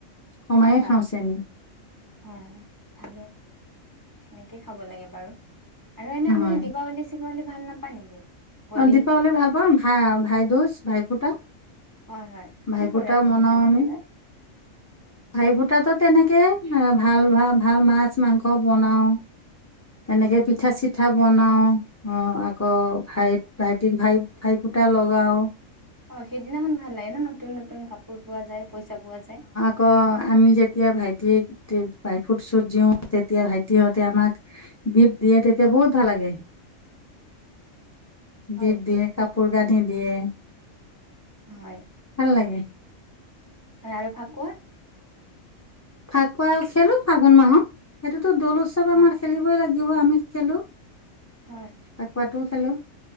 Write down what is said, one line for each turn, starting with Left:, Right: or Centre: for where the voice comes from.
Left: কমায়ে
Right: হয়
Left: খাওঁ চেনি।
Right: হয়, ভালে, সেনেকেই খাব লাগে বাৰু। আৰু এনে আপুনি
Left: হয়
Right: দীপাৱলী চিপাৱলী ভাল নাপায় নেকি? হোলী
Left: অ' দীপাৱলী ভাল পাওঁ, ভা ভাই দ'জ, ভাই ফুটা।
Right: হয় হয়।
Left: ভাই
Right: কি
Left: ফুটাও
Right: কৰে আপুনি
Left: মনাওঁ
Right: ভাইটিটোলে
Left: আমি। ভাই ফুটাটো তেনেকে ভাল ভা ভাল মাছ, মাংস বনাওঁ। তেনেকে পিঠা চিঠা বনাওঁ, অ' আকৌ ভাইত ভাইটিক ভাই, ভাই ফুটা লগাও।
Right: অ' সেইদিনাখন ভাল লাগে ন' নতুন নতুন কাপোৰ পোৱা যায় পইচা পোৱা যায়।
Left: ক আমি যেতিয়া ভাইটিক ভাই ফুট চুট দিওঁ তেতিয়া ভাইটিহঁতে আমাক গিফ্ট দিয়ে তেতিয়া বহুত ভাল লাগে।
Right: হয়
Left: গিফ্ট দিয়ে কাপ পোৰ কানি দিয়ে।
Right: হয়।
Left: ভাল লাগে।
Right: হয় আৰু ফাকুৱা?
Left: ফাকুৱাও খেলোঁ ফাগুণ মাহত, সেইটোতো দলোচ চব
Right: হয়
Left: আমাৰ খেলিবই লাগিব, আমি খেলোঁ।
Right: হয়
Left: ফাকুৱাটো খেলোঁ।